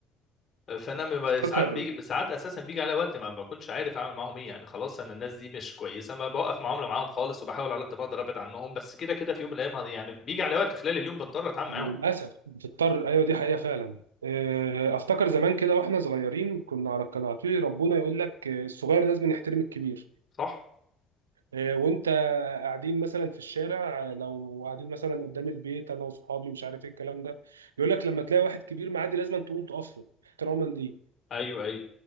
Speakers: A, on the left; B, on the right.
A: فانا ب-
B: افتكر
A: ساعات بيجي ساعات اساسا بيجي على وقت ما بكونش عارف اعمل معاهم ايه يعني خلاص انا الناس دي مش كويسه ما بوقف معامله معاهم خالص وبحاول على قد ما اقدر ابعد عنهم بس كده كده في يوم من الايام هض- يعني بيجي على وقت خلال اليوم بضطر اتعامل معاهم
B: للاسف بتضطر ايوه دي حقيقه فعلا آه، افتكر زمان كده واحنا صغيرين كنا على كان على طول ربنا يقول لك آه، الصغير لازم يحترم الكبير
A: صح
B: آه، وانت قاعدين مثلا في الشارع آه، لو قاعدين مثلا قدام البيت انا وصحابي مش عارف ايه الكلام ده يقول لك لما تلاقي واحد كبير معدي لازم تقوم تقف له احتراما ليه
A: ايوه ايوه